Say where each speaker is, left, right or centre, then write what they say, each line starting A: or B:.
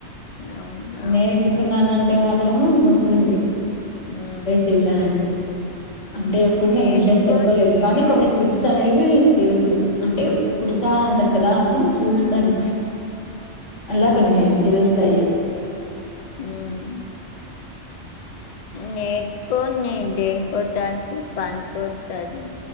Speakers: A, on the left; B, on the left.
A: అవును అవును
B: నేర్చుకున్నానంటే మాత్రము వస్తుంది.
A: ఉమ్
B: చేశా అంతే అంటే ఎప్పుడు
A: నేర్చుకో
B: నేను మిషన్ తొక్కలేదు
A: నీదే
B: కానీ కొన్ని టిప్స్ అనేవి తెలుసు అంటే కుడతా ఉంటారు కదా అప్పుడు చూస్తను ఎలా కో నేర్చేస్తా
A: ఉమ్
B: ఇగ
A: ఉమ్ నేర్కోంది దేంకో దాంకి పన్కి ఒత్తాది.